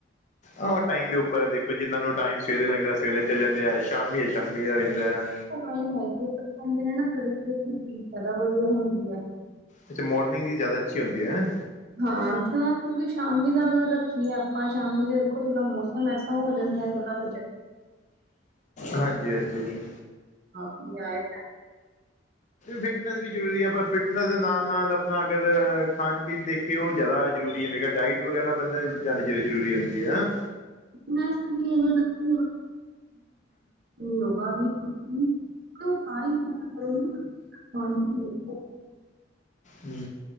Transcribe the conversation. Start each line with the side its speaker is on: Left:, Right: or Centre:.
Left: ਆਹ ਟਾਈਮ ਦੇ ਉੱਪਰ ਦੇਖੋ ਜਿੰਹਨਾ ਨੂੰ ਟਾਈਮ ਸਵੇਰੇ ਲੱਗਦਾ ਸਵੇਰੇ ਚਲੇ ਜਾਂਦੇ ਆ ਸ਼ਾਮੀ ਸ਼ਾਮੀ ਦਾ ਰਹਿੰਦਾ ਹੈ।
Right: ਉਹ ਗੱਲ ਹੈਗੀ ਕਹਿੰਦੇ ਨੇ ਨਾ ਕੜੀ ਦੀ ਚੀਜ਼ ਜ਼ਿਆਦਾ ਵਧੀਆ ਹੁੰਦੀ ਹੈ।
Left: ਅੱਛਾ ਮੋਰਨਿੰਗ ਦੀ ਜ਼ਿਆਦਾ ਅੱਛੀ ਹੁੰਦੀ ਹੈ।
Right: ਹਾਂ ਕਿਉਂ ਕਿਉਂਕਿ ਸ਼ਾਮੀ ਤੱਕ ਰੱਖਣੀ ਆਪਾਂ ਸ਼ਾਮੀ ਚ ਦੇਖੋ ਥੋੜਾ ਮੌਸਮ ਮੈਸਾ ਹੋ ਜਾਂਦਾ ਥੋੜਾ ਬਜਟ
Left: ਹਾਂਜੀ ਹਾਂਜੀ
Right: ਜਾਏ ਤਾਂ
Left: ਫਿਟਨੈਸ ਵੀ ਜ਼ਰੂਰੀ ਹੈ ਪਰ ਫਿਟਨੈਸ ਦੇ ਨਾਲ -ਨਾਲ ਆਪਣਾ ਅਗਰ ਖਾਣ ਪੀਣ ਦੇਖ <inaudible> ਕਿ ਉਹ ਜ਼ਿਆਦਾ ਜ਼ਰੂਰੀ ਹੈ ਮੈਂ ਕਿਹਾ ਡਾਇਟ ਵਗੈਰਾ ਬੰਦਿਆਂ ਦੀ ਜਿਆਦਾ ਜ਼ਰੂਰੀ ਹੁੰਦੀ ਏ ਹੈਨਾ।
Right: ਮੈ <unintelligible> ਯੋਗਾ ਵੀ ਕੁਛ ਤੇ ਉਹ ਤਾਂ ਹੀ ਕਰੇ <unintelligible>
Left: ਹੂੰ।